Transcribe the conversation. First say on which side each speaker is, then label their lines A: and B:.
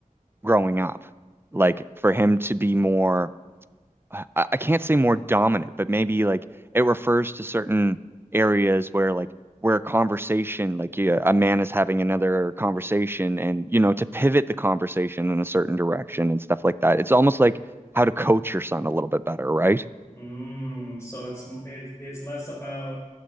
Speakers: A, on the right (about 15°); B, on the left (about 20°).
A: growing up, like for him to be more I, I can't say more dominant, but maybe like it refers to certain areas where like where a conversation, like yeah, a man is having another conversation and you know, to pivot the conversation in a certain direction and stuff like that. It's almost like how to coach your son a little bit better, right?
B: Mm, so it's it, it's less about